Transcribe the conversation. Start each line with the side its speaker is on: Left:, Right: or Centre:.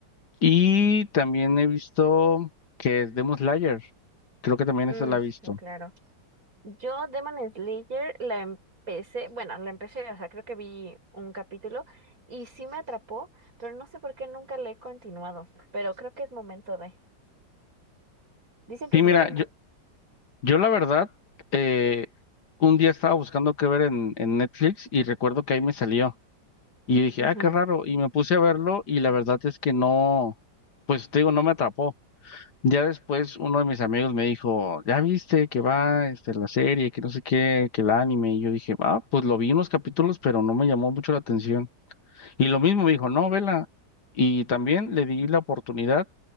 Left: Y también he visto que es Demon Slayer. Creo que también
Right: Mm,
Left: esa la he visto.
Right: sí, claro. Yo Demon Slayer la empecé, bueno, la empecé, o sea, creo que vi un capítulo y sí me atrapó, pero no sé por qué nunca la he continuado, pero creo que es momento de. Dicen que
Left: Sí,
Right: es
Left: mira,
Right: muy buena.
Left: yo, yo la verdad, eh, un día estaba buscando qué ver en, en Netflix y recuerdo que ahí me salió. Y dije,
Right: Ujú.
Left: ah, qué raro. Y me puse a verlo y la verdad es que no, pues te digo, no me atrapó. Ya después uno de mis amigos me dijo, ya viste que va este, la serie, que no sé qué, que el anime. Y yo dije, ah, pues lo vi unos capítulos, pero no me llamó mucho la atención. Y lo mismo me dijo, no, vela. Y también le di la oportunidad